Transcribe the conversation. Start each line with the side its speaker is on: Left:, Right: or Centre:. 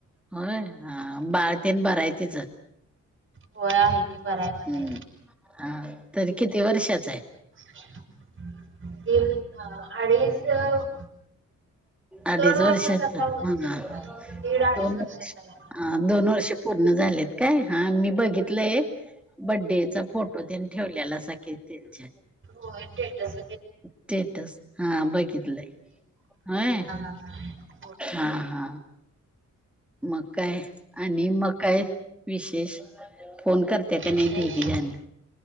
Centre: होय बाळतेन बरायतीच.
Right: होय आहे की बराय बराय.
Centre: हम्म हा तर किती वर्षाच आहे.
Right: <unintelligible> अडीच.
Centre: अडीच
Right: दोन
Centre: वर्षाचा
Right: वर्षात आता होतय
Centre: हा
Right: होय दीड अडीच
Centre: दोन
Right: वर्षात
Centre: वर्ष
Right: आहे.
Centre: ह दोन वर्षे पूर्ण झालेत काय हा मी बघितलंय. बर्थडेचा फोटो तेन ठेवलेलासा की त्यांच्या.
Right: होय टेटस
Centre: स्टेटस हा बघितलंय होय.
Right: <inaudible>
Centre: हा हा. मकाय आणि मकाय विशेष. फोन करत्या क
Right: विशेष
Centre: नाही दिवीयानि